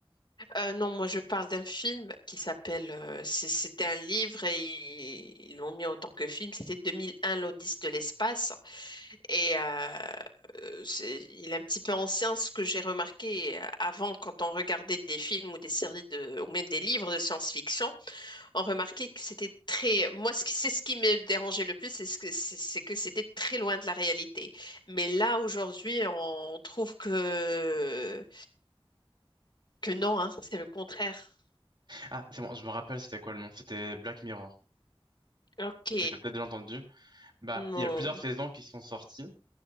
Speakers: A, on the left; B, on the right.
A: Euh, non, moi je parle d'un film qui s'appelle, euh, c'est- c'était un livre et ils ils l'ont mis en tant que film, c'était 2001 l'Odyssée de l'espace. Et euh, euh, c'est- il est un petit peu ancien, ce que j'ai remarqué euh, avant quand on regardait des films ou des séries de, ou même des livres de science-fiction, on remarquait que c'était très, moi ce qui- c'est ce qui me dérangeait le plus, c'est ce que c'est c'est que c'était très loin de la réalité. Mais là aujourd'hui, on trouve que que non, hein, c'est le contraire.
B: Ah, c'est bon, je me rappelle c'était quoi le nom, c'était Black Mirror,
A: Ok.
B: que t'as peut-être déjà entendu. Bah,
A: Non.
B: il y a plusieurs saisons qui sont sorties.